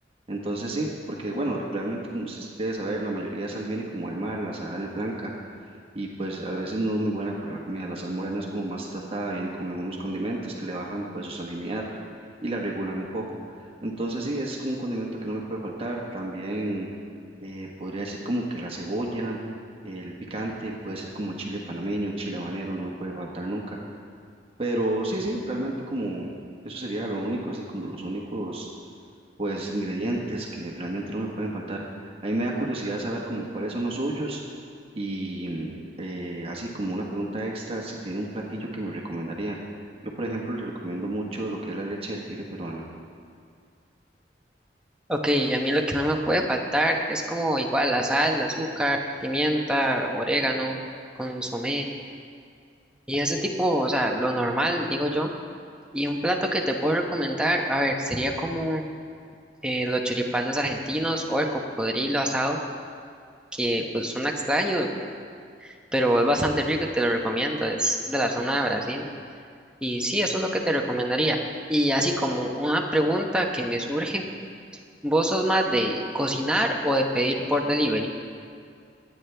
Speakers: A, on the right; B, in the centre.
A: Entonces sí, porque bueno, realmente como ustedes debe saber, la mayoría de sal viene como el mar, la sal blanca, y pues a veces no es muy buena para la comida. La sal morena es como más tratada, viene con algunos condimentos que le bajan pues su salinidad y la regulan un poco. Entonces sí, ese es como un condimento que no me puede faltar. También eh, podría decir como que la cebolla, el picante, puede ser como chile panameño, chile habanero, no me puede faltar nunca. Pero sí, sí, realmente como eso sería lo único, así como los únicos pues ingredientes que realmente no me pueden faltar. A mí me da curiosidad saber como cuáles son los suyos y mm, eh, así como una pregunta extra, si tiene un platillo que me recomendaría. Yo, por ejemplo, le recomiendo mucho lo que es la leche de tigre peruana.
B: Ok, a mí lo que no me puede faltar es como igual la sal, el azúcar, pimienta, orégano, consomé. Y ese tipo, o sea, lo normal, digo yo. Y un plato que te puedo recomendar, a ver, sería como eh, los choripanes argentinos o el cocodrilo asado, que pues son extraños, pero es bastante rico y te lo recomiendo, es de la zona de Brasil. Y sí, eso es lo que te recomendaría. Y así como una pregunta que me surge, ¿vos sos más de cocinar o de pedir por delivery?